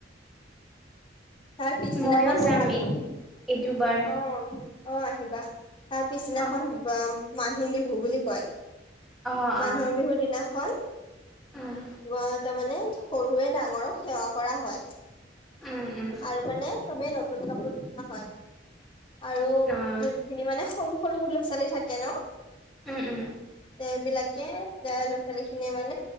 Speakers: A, on the left; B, in the centre.
A: তাৰ পিছদিনাখন
B: ময়ো যাম
A: ব'হাগ
B: এই এইটোবাৰ
A: অ অ আহিবা তাৰ পিছদিনাখন
B: অঁ
A: মানুহ বিহু বুলি কয়।
B: অঁ
A: মানুহৰ
B: অঁ
A: বিহুৰ দিনাখন
B: উম
A: গ তাৰ মানে সৰুৱে ডাঙৰক সেৱা কৰা হয়
B: উম উম
A: আৰু মানে চবেই নতুন কাপোৰ পিন্ধা হয়। আৰু
B: অঁ
A: যোনখিনি মানে সৰু সৰু লোক ছোৱালী থাকে ন।
B: উম উম
A: সেইবিলাকে ল'ৰা ছোৱালী মানে